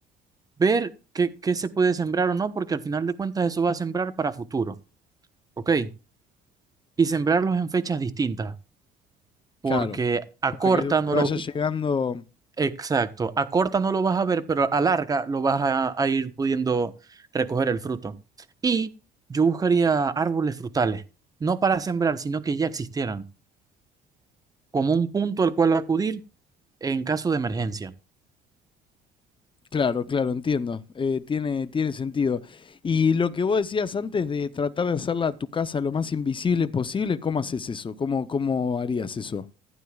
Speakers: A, on the right; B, on the left.
A: ver qué, qué se puede sembrar o no, porque al final de cuentas eso va a sembrar para futuro, ¿ok? Y sembrarlos en fechas distintas porque
B: Claro.
A: a
B: Para
A: corta
B: que
A: no
B: te vaya
A: lo,
B: llegando.
A: exacto, a corta no lo vas a ver, pero a larga lo vas a, a ir pudiendo recoger el fruto. Y yo buscaría árboles frutales, no para sembrar, sino que ya existieran, como un punto al cual acudir en caso de emergencia.
B: Claro, claro, entiendo. Eh, tiene, tiene sentido. Y lo que vos decías antes de tratar de hacerla a tu casa lo más invisible posible, ¿cómo haces eso? ¿Cómo, cómo harías eso?